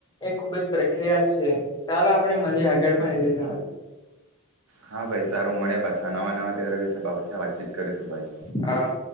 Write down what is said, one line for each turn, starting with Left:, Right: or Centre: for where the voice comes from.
Left: એ ખુબ જ પ્રક્રિયા જ છે. ચાલો આપે લિયે આગળ પણ લીલા
Right: હા ભાઈ સારું મળે પાછા નવા નવા ત વિશે પાછા વાતચીત કરીશું ભાઈ.
Left: હા.